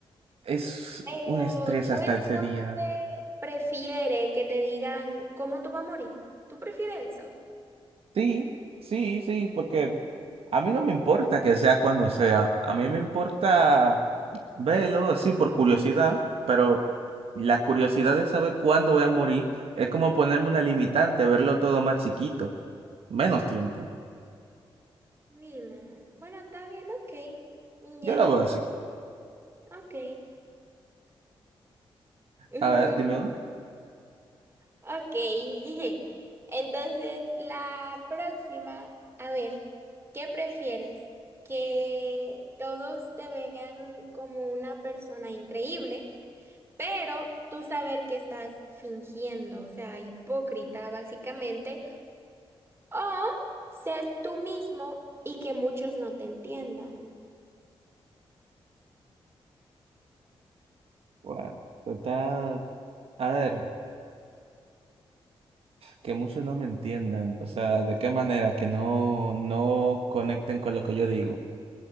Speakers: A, on the right; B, on the right.
A: es
B: Pero
A: un estrés
B: tú
A: hasta
B: entonces
A: ese día.
B: prefieres que te digan cómo tú vas a morir. ¿Tú prefieres eso?
A: Sí, sí, sí, porque a mí no me importa que sea cuando sea, a mí me importa verlo, sí, por curiosidad, pero la curiosidad de saber cuándo voy a morir es como ponerme una limitante, verlo todo más chiquito. Menos tiempo.
B: Mi madre. Bueno, está bien, ok.
A: Yo
B: Ya,
A: lo veo así.
B: ok. Ujú,
A: A ver, dime uno.
B: Ok. <laughs> Entonces, la próxima, a ver, ¿qué prefieres? ¿Que todos te vean como una persona increíble, pero tú saber que estás fingiendo, o sea, hipócrita básicamente, o ser tú mismo y que muchos no te entiendan?
A: Bueno, total, a ver, que muchos no me entiendan, o sea, de qué manera que no, no conecten con lo que yo digo.